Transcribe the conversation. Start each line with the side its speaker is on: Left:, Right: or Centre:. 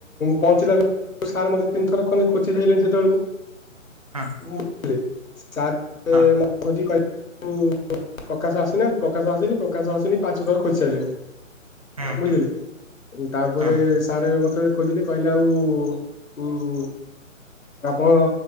Left: ପହଞ୍ଚିଲା ବେ ସାର୍ ମତେ ତିନି ଥର ଖଣ୍ଡେ ଖୋଜି ସାଇଲେଣି ସେତୋଳୁକୁ।
Right: ହଁ
Left: <inaudible> ସାର୍
Right: ହଁ
Left: ମତେ ଖୋଜିଲି କ ଆଉ ପ୍ରକାଶ ଆସିନାହାନ୍ତି। ପ୍ରକାଶ ଆସିନି ପ୍ରକାଶ ଆସିନି ପାଞ୍ଚ ଥର ଖୋଜି ସାଇଲେଣି।
Right: ହୁଁ
Left: ବୁଝିଲେ? ତାପରେ
Right: ହୁଁ
Left: ସାରେ ମତେ ଖୋଜିଲେ କହିଲେ ଆଉ ଉଁ ଆପଣ